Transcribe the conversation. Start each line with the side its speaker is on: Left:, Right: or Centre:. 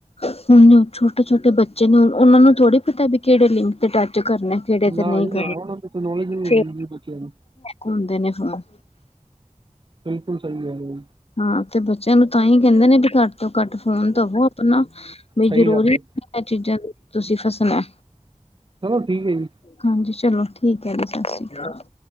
Left: ਹੁਣ ਛੋਟੇ ਛੋਟੇ ਬੱਚੇ ਨੇ ਉਹਨਾਂ ਨੂੰ ਥੋੜ੍ਹੀ ਪਤਾ ਵੀ ਕਿਹੜੇ ਲਿੰਕ ਤੇ ਟੱਚ ਕਰਨੇ ਕਿਹੜੇ ਤੇ
Right: ਨਾ
Left: ਨਹੀਂ
Right: ਜੀ
Left: ਕਰਨ
Right: ਨਾ ਉਹਨਾਂ ਨੂੰ ਤੇ ਨੌਲੇਜ ਨਹੀਂ
Left: ਫਿਰ
Right: ਹੈਗੀ ਜੀ ਬੱਚਿਆਂ ਨੂੰ
Left: ਘੁੰਮਦੇ ਨੇ ਫੋਨ
Right: ਬਿਲਕੁਲ ਸਹੀ ਗੱਲ ਹੈ
Left: ਹਾਂ। ਤੇ ਬੱਚਿਆਂ ਨੂੰ ਤਾਂ ਹੀ ਕਹਿੰਦੇ ਨੇ ਵੀ ਘੱਟ ਤੋਂ ਘੱਟ ਫੋਨ ਦਵੋ ਆਪਣਾ ਵੀ
Right: ਸਹੀ
Left: ਜ਼ਰੂਰੀ
Right: ਗੱਲ ਹੈ
Left: ਇਹ
Right: ਜੀ।
Left: ਚੀਜ਼ਾਂ ਦੇ ਤੁਸੀਂ ਫਸਣਾ
Right: ਚਲੋ ਠੀਕ ਹੈ ਜੀ
Left: ਹਾਂਜੀ। ਚਲੋ ਠੀਕ ਹੈ ਜੀ ਸਤਿ ਸ਼੍ਰੀ ਅਕਾਲ